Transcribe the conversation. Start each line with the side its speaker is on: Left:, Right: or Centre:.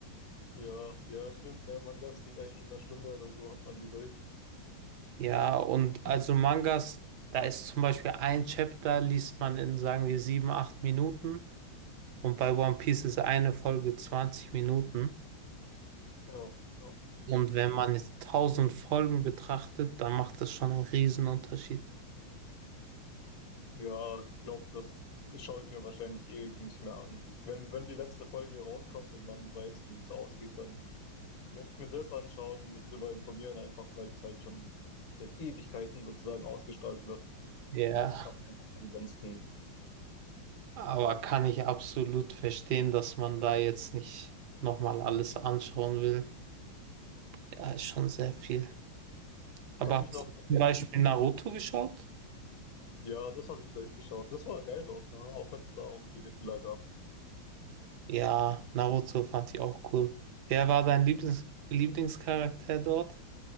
Left: ja, ja, stimmt, ne, Mangas sind eigentlich in einer Stunde oder so hat man die durch.
Right: Ja, und also Mangas, da ist zum Beispiel ein Chapter, liest man in, sagen wir, sieben, acht Minuten. Und bei One Piece ist eine Folge 20 Minuten.
Left: Ja, ja.
Right: Und wenn man jetzt tausend Folgen betrachtet, dann macht das schon einen Riesenunterschied.
Left: Ja, ich glaube, das schaue ich mir wahrscheinlich eh nicht mehr an. Ich, wenn, wenn die letzte Folge rauskommt und man weiß, wie es ausgeht, dann werde ich mir das anschauen und mich darüber informieren, einfach weil es halt schon seit Ewigkeiten sozusagen ausgestrahlt wird.
Right: Ja.
Left: Aber ansonsten,
Right: Aber kann ich absolut verstehen, dass man da jetzt nicht nochmal alles anschauen will. Ja, ist schon sehr viel.
Left: ich
Right: Aber
Left: kann mich
Right: hast
Left: noch.
Right: du zum Ja. Beispiel Naruto geschaut?
Left: Ja, das habe ich durchgeschaut. Das war geil doch, ja, auch wenn es da auch viele Fehler gab.
Right: Ja, Naruto fand ich auch cool. Wer war dein Lieblings Lieblingscharakter dort?